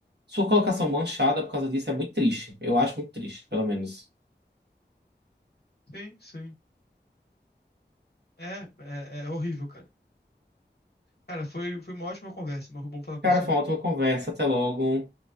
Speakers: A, on the right (about 65°); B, on the left (about 60°).
A: sua colocação manchada por causa disso é muito triste. Eu acho muito triste, pelo menos.
B: Sim, sim. É, é, é horrível, cara. Cara, foi, foi uma ótima conversa, mas foi bom falar com
A: Cara,
B: você.
A: foi uma ótima conversa. Até logo.